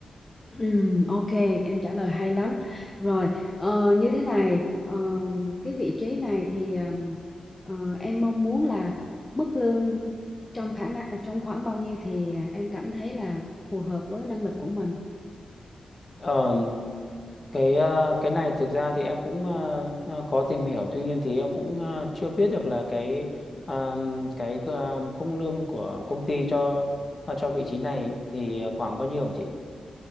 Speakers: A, on the left; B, on the left.
A: Ừm, ok, em trả lời hay lắm. Rồi, ờ, như thế này, ờ, cái vị trí này thì ờm, ờ, em mong muốn là mức lương trong khả năng à, trong khoảng bao nhiêu thì em cảm thấy là phù hợp với năng lực của mình.
B: Ờ, cái ờ, cái này thực ra thì em cũng ờ, ờ, có tìm hiểu, tuy nhiên thì em cũng ờ, chưa biết được là cái ờ, cái ờ, khung lương của công ty cho ờ, cho vị trí này thì ờ, khoảng bao nhiêu hả chị?